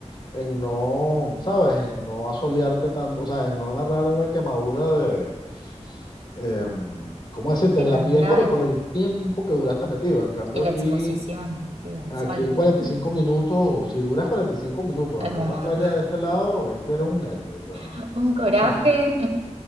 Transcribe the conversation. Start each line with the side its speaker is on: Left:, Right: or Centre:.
Left: en no, ¿sabes? En no asolearte tanto, o sea, en no agarrar una quemadura de eh, ¿cómo decirte?
Right: sí,
Left: En
Right: tan
Left: la piel,
Right: grave.
Left: pero por
Right: por-
Left: el tiempo que duraste metido. En cambio,
Right: Y la
Left: aquí,
Right: exposición, sí, al
Left: aquí
Right: sol.
Left: en 45 minutos, si duras 45 minutos
Right: Es
Left: en
Right: un
Left: una
Right: montón.
Left: playa de este lado, es que eres un héroe. O
Right: <laughs> Un coraje.
Left: sea, <laughs>